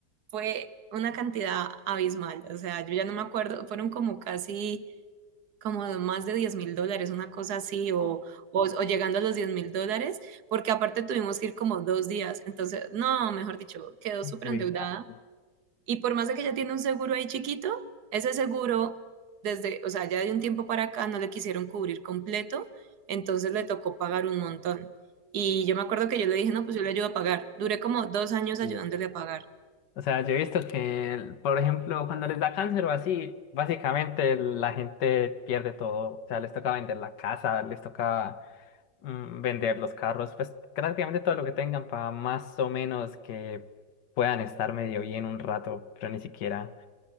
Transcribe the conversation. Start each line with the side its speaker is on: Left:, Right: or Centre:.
Right: fue una cantidad abismal. O sea, yo ya no me acuerdo, fueron como casi, como más de diez mil dólares, una cosa así, o,
Left: Oh.
Right: o, o llegando a los diez mil dólares, porque aparte tuvimos que ir como dos días. Entonces, no, mejor dicho, quedó súper
Left: Uy,
Right: endeudada
Left: va.
Right: Y por más de que ella tiene un seguro ahí chiquito, ese seguro, desde, o sea, ya de un tiempo para acá no le quisieron cubrir completo, entonces le tocó pagar un montón. Y yo me acuerdo que yo le dije, no, pues yo le ayudo a pagar. Duré como dos años
Left: Sí,
Right: ayudándole
Left: va.
Right: a pagar.
Left: O sea, yo he visto que, el- por ejemplo, cuando les da cáncer o así, básicamente la gente pierde todo. O sea, les toca vender la casa, les toca mm, vender los carros, pues prácticamente todo lo que tengan para más o menos que puedan estar medio bien un rato, pero ni siquiera